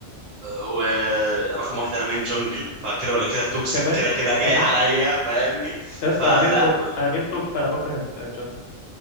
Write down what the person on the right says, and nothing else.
ورقم واحد انا مين جنجل فكده ولا كده توكسيك
كده كده جاي
عليا فاهمني
فلا